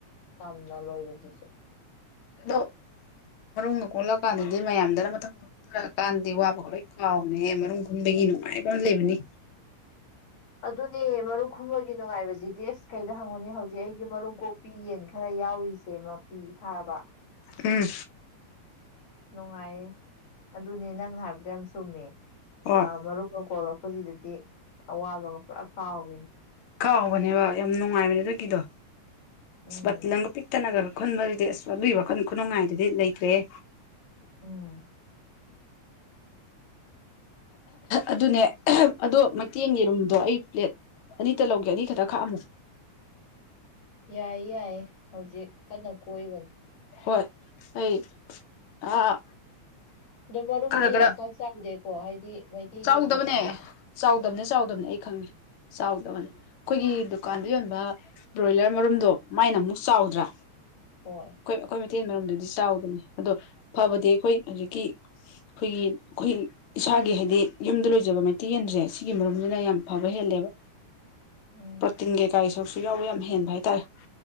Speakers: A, on the left; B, on the left.
A: ꯌꯥꯝꯅ ꯂꯣꯏꯕꯁꯤꯁꯨ
B: ꯑꯗꯣ ꯃꯔꯨꯝꯒ ꯀꯣꯛꯂꯛꯑꯀꯥꯟꯗꯗꯤ ꯃꯌꯥꯝꯗꯅ ꯃꯊꯪ ꯈꯔ ꯀꯥꯟꯗꯗꯤ ꯋꯥꯕꯒ ꯂꯣꯏ ꯀꯥꯎꯕꯅꯦꯍꯦ ꯃꯔꯨꯝ ꯈꯨꯟꯕꯒꯤ ꯅꯨꯡꯉꯥꯏꯕ ꯑꯃ ꯂꯩꯕꯅꯤ
A: ꯑꯗꯨꯅꯦ ꯃꯔꯨꯝ ꯈꯨꯟꯕꯒꯤ ꯅꯨꯡꯉꯥꯏꯕꯁꯤꯗꯤ ꯑꯁ ꯀꯩꯗ ꯍꯪꯉꯨꯅꯤ ꯍꯧꯖꯤꯛ ꯑꯩꯒꯤ ꯃꯔꯨꯝ ꯀꯣꯛ ꯄꯤ ꯌꯦꯟ ꯈꯔ ꯌꯥꯎꯔꯤꯁꯦ ꯃꯥꯄꯤ ꯐꯥꯔꯕ
B: ꯎꯝ
A: ꯅꯨꯡꯉꯥꯏꯌꯦ ꯑꯗꯨꯅꯦ ꯅꯪꯅ ꯍꯥꯏꯕꯗꯣ ꯌꯥꯝ ꯆꯨꯝꯃꯦ
B: ꯍꯣꯏ
A: ꯑꯥ ꯃꯔꯨꯝꯒ ꯀꯣꯛꯂꯛ ꯄꯁꯤꯗꯗꯤ ꯑꯋꯥꯕꯒ ꯄꯨꯔꯥ ꯀꯥꯎꯋꯦ
B: ꯀꯥꯎꯕꯅꯦꯕ ꯌꯥꯝ ꯅꯨꯡꯉꯥꯏꯕꯅꯦ ꯑꯗꯨꯒꯤꯗꯣ
A: ꯎꯝ
B: ꯑꯁ ꯕꯇꯤꯜ ꯑꯃꯒ ꯄꯤꯛ ꯇꯟꯅꯒ ꯈꯨꯟꯕꯁꯤꯗꯤ ꯑꯁ ꯑꯗꯨꯢ ꯋꯥꯈꯟ ꯈꯨꯅꯨꯡꯉꯥꯢꯗꯨꯗꯤ ꯂꯩꯇ꯭ꯔꯦꯍꯦ
A: ꯎꯝ
B: ꯑꯗꯨꯅꯦ ꯑꯗꯣ ꯃꯩꯊꯦꯟ ꯌꯦꯟ ꯃꯔꯨꯝꯗꯣ ꯑꯩ ꯄ꯭ꯂꯦꯠ ꯑꯅꯤꯇ ꯂꯧꯒꯦ ꯑꯅꯤ ꯈꯛꯇ ꯈꯥꯛꯑꯝꯃꯣ
A: ꯌꯥꯏꯌꯦ ꯌꯥꯏꯌꯦ ꯍꯧꯖꯤꯛ ꯀꯟꯅ ꯀꯣꯏꯕꯅꯦ
B: ꯍꯣꯏ ꯑꯩ ꯑꯥ
A: ꯑꯗꯣ ꯃꯔꯨꯝꯗꯤ
B: ꯈꯔ ꯈꯔ
A: ꯌꯥꯝ ꯄꯥꯛ ꯆꯥꯎꯗꯦꯀꯣ ꯍꯥꯏꯗꯤ ꯃꯩꯇꯩ
B: ꯆꯥꯎꯗꯕꯅꯦ
A: ꯌꯦꯟ ꯑꯣꯏꯕꯅꯤꯅ
B: ꯆꯥꯎꯗꯕꯅꯦ ꯆꯥꯎꯗꯕꯅꯦ ꯑꯩ ꯈꯪꯉꯦ ꯆꯥꯎꯗꯕꯅꯦ ꯑꯩꯈꯣꯏꯒꯤ ꯗꯨꯀꯥꯟꯗ ꯌꯣꯟꯕ ꯕ꯭ꯔꯣꯏꯂꯔ ꯃꯔꯨꯝꯗꯣ ꯃꯥꯏꯅ ꯑꯃꯨꯛ ꯆꯥꯎꯗ꯭ꯔꯥ
A: ꯍꯣꯏ
B: ꯑꯩꯈꯣꯏ ꯑꯩꯈꯣꯏ ꯃꯩꯊꯩ ꯌꯦꯟ ꯃꯔꯨꯝꯗꯨꯗꯤ ꯆꯥꯎꯗꯕꯅꯦ ꯑꯗꯣ ꯐꯕꯗꯤ ꯑꯩꯈꯣꯏ ꯍꯧꯖꯤꯛꯀꯤ ꯑꯩꯈꯣꯏꯒꯤ ꯑꯩꯈꯣꯏ ꯏꯁꯥꯒꯤ ꯍꯩ ꯗꯤ ꯌꯨꯝꯗ ꯂꯣꯏꯖꯕ ꯃꯩꯇꯩ ꯌꯦꯟꯁꯦ ꯁꯤꯒꯤ ꯃꯔꯨꯝꯁꯤꯅ ꯌꯥꯝ ꯐꯕ ꯍꯦꯜꯂꯦꯕ
A: ꯎꯝ
B: ꯄ꯭ꯔꯣꯇꯤꯟ ꯀꯩꯀꯥꯒꯤ ꯁꯔꯨꯛꯁꯨ ꯌꯥꯎꯕ ꯌꯥꯝ ꯍꯦꯟꯕ ꯍꯥꯏꯇꯥꯔꯦ